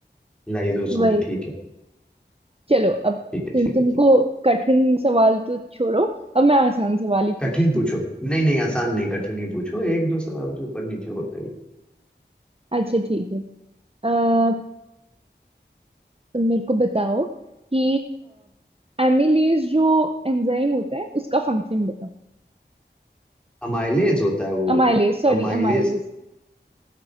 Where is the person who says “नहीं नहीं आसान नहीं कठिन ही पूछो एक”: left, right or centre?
Centre